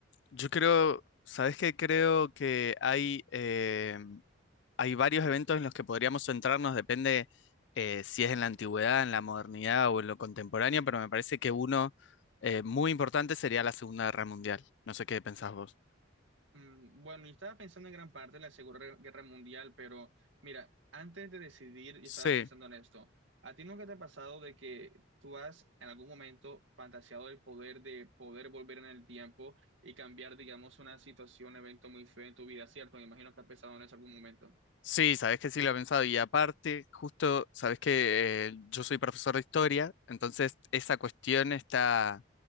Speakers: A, on the left; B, on the right.
A: Yo creo, ¿sabes qué? Creo que hay, eh, hay varios eventos en los que podríamos centrarnos, depende eh, si es en la antigüedad, en la modernidad o en lo contemporáneo, pero me parece que uno eh, muy importante sería la Segunda Guerra Mundial. No sé qué pensás vos.
B: Mm, Bueno, yo estaba pensando en gran parte en la Segunda Guerra Mundial, pero mira, antes de decidir, yo
A: Sí.
B: estaba pensando en esto. ¿A ti nunca te ha pasado de que tú has en algún momento fantaseado el poder de poder volver en el tiempo y cambiar, digamos, una situación, evento muy feo en tu vida, ¿cierto? Me imagino que has pensado en eso en algún momento.
A: Sí, sabes que sí lo he pensado. Y aparte, justo, sabes que eh, yo soy profesor de historia, entonces esa cuestión está,